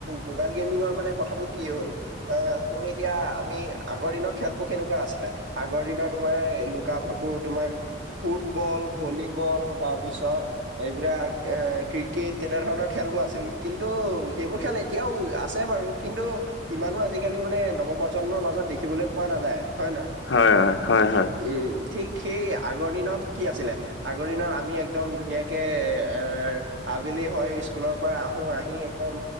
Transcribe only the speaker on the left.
হয় হয় হয় হয়